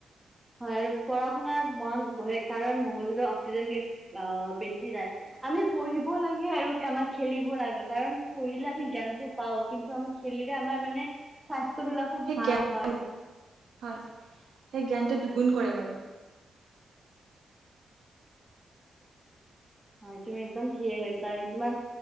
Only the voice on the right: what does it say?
সেই
জ্ঞানটো
হয় সেই জ্ঞানটো দুগুণ কৰে মানে!